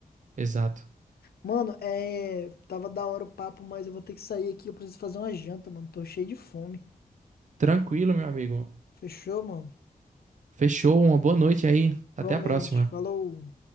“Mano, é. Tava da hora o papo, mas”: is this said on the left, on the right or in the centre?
Left